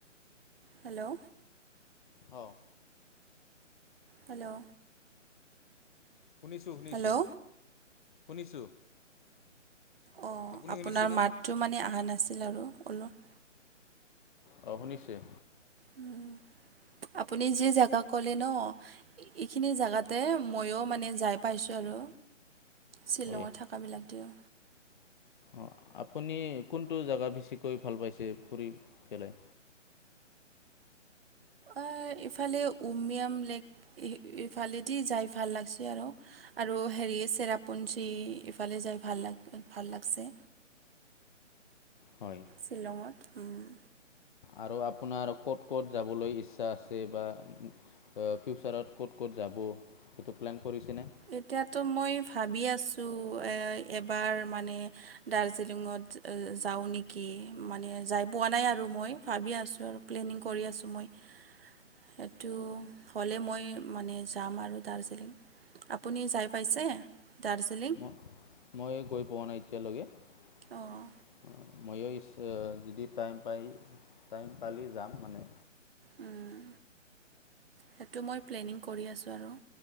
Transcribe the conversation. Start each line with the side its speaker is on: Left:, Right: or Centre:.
Right: হেল্ল',
Left: অ'।
Right: হেল্ল',
Left: শুনিছোঁ শুনিছোঁ,
Right: হেল্ল'
Left: শুনিছোঁ।
Right: অ',
Left: আপুনি
Right: আপোনাৰ
Left: শুনিছেনে
Right: মাতটো মানে আহা নাছিল আৰু অলপ।
Left: অ', শুনিছে?
Right: উম', আপুনি যি জেগা ক'লে ন? ইখিনি জাগাতে ময়ো মানে যাই পাইছোঁ আৰু। শ্বিলঙৰ
Left: হয়
Right: থাকা বিলাক দিওঁ।
Left: অ', আপুনি কোনটো জাগা বেছিকৈ ভাল পাইছে ফুৰি পেলায়?
Right: অই ইফালে উমিয়াম লেক ইহ ইফালেদি যাই ভাল লাগছি আৰু। আৰু হেৰি চেৰাপুঞ্জী, ইফালে যাই ভাল লাগ ভাল লাগছে।
Left: হয়।
Right: শ্বিলঙত, উম'।
Left: আৰু আপোনাৰ ক'ত ক'ত যাবলৈ ইচ্ছা আছে? বা অ' ফিউচাৰত ক'ত ক'ত যাব, সেইটো প্লেন কৰিছেনে?
Right: এতিয়াতো মই ভাবি আছোঁ এ-এবাৰ মানে দাৰ্জিলিঙত যা- যাওঁ নেকি, মানে যাই পোৱা নাই আৰু মই। ভাবি আছোঁ আৰু প্লেনিং কৰি আছোঁ মই। সেইটো হ'লে মই মানে যাম আৰু দাৰ্জিলিং। আপুনি যাই পাইছে? দাৰ্জিলিং?
Left: ম মই গৈ পোৱা নাই এতিয়ালৈকে
Right: অঁ
Left: ময়ো ইচ অ' যদি টাইম পাই, টাইম পালি যাম মানে।
Right: উম। সেইটো মই প্লেনিং কৰি আছোঁ আৰু,